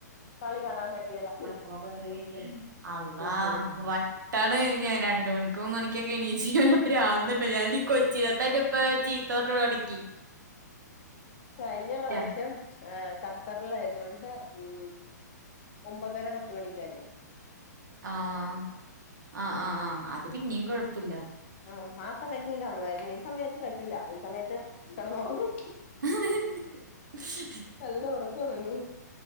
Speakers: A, on the left; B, on the right.
A: കളി കാണാൻ പറ്റിയല്ല
B: <unintelligible> അള്ളാഹ് വട്ടാണ് രണ്ട് മണിക്ക് മൂന്ന് മണിക്കൊക്കെ എണീച് പ്രാന്ത് ണ്ടോ ഞാനീഈ കൊച്ചിടത്തായിട്ട് ഇപ്പ ചീത്തോറഞ്ഞു തൊടങ്ങി
A: കഴിഞ്ഞ പ്രാവശ്യം
B: ടാ.
A: ആ ഖത്തറിലയതുകൊണ്ട് ഉം ഒമ്പതര പത്തുമണിക്കായിരുന്നു
B: ആഹ് ആ ആഹ് ആഹ് അത് പിന്നിം കൊഴപ്പല്ല
A: ആ ആ സമയത് കാണുവായിരുന്നു ഈ സമയത്ത് പറ്റൂല ഈ സമയത്ത് കിടന്നോറങ്ങും
B: <unintelligible>
A: നല്ല ഉറക്കം ഉറങ്ങും